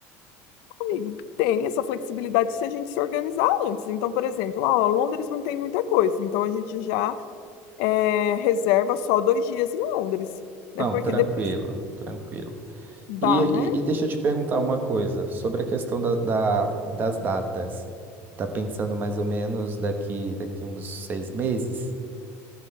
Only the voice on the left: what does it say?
Amigo, tem essa flexibilidade se a gente se organizar antes. Então, por exemplo, ah, ó, Londres não tem muita coisa, então a gente já eh, reserva só dois dias em Londres, né?
Porque
depois
dá,
né?